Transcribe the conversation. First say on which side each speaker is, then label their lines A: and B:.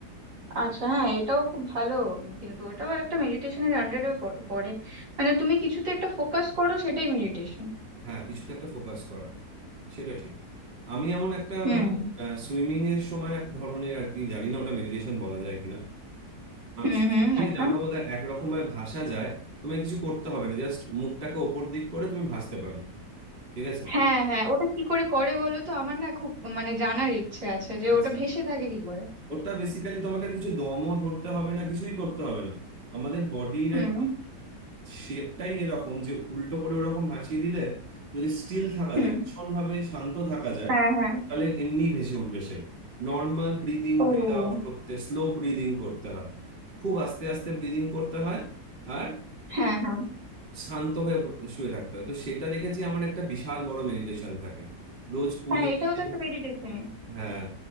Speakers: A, on the right; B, on the right.
A: আচ্ছা হ্যাঁ এটাও খুব ভালো উম, কিন্তু ওটাও একটা মেডিটেশনের আন্ডারে পড়ে মানে তুমি কিছুতে একটা ফোকাস করো সেটাই মেডিটেশন
B: হ্যাঁ কিছুতে একটা ফোকাস করা সেটা ঠিক আমি এমন একটা
A: হুম
B: মানে সুইমিং এর সময় এক ধরনের আর কি জানি না ওটা মেডিটেশন বলা যায় কিনা
A: হুম
B: সুইমিং
A: হুম আচ্ছা
B: এ জানো বোধহয় একরকম ভাবে ভাসা যায় তোমায় কিছু করতে হবে না জাস্ট মুখটাকে ওপর দিক করে তুমি ভাসতে পারবে ঠিক আছে
A: হ্যাঁ হ্যাঁ ওটা কি করে করে বলো তো আমার না খুব মানে জানার ইচ্ছে আছে যে
B: আচ্ছা
A: ওটা ভেসে থাকে কি করে
B: ওটা বেসিক্যালি তোমাকে কিছু দমও ধরতে হবে না কিছুই করতে হবে না আমাদের বডির
A: হুম
B: আর শেপটাই এরকম যে উল্টো করে ওরকম ভাসিয়ে দিলে যদি স্টিল থাকা
A: হুম
B: যায় ভীষণ ভাবে শান্ত থাকা যায়
A: হ্যাঁ হ্যাঁ
B: তাহলে এমনি ভেসে উঠবে সে নর্মাল ব্রিদিং
A: ও
B: ব্রিদ আউট করতে স্লো ব্রিদিং করতে হয় খুব আস্তে আস্তে ব্রিদিং করতে হয় আর
A: হ্যাঁ হ্যাঁ
B: শান্ত হয়ে শুয়ে থাকতে হয় তো সেটা দেখেছি আমার একটা বিশাল বড় মেডিটেশন থাকে রোজ পুলে
A: হ্যাঁ এটাও
B: গিয়ে
A: তো একটা মেডিটেশন
B: হ্যাঁ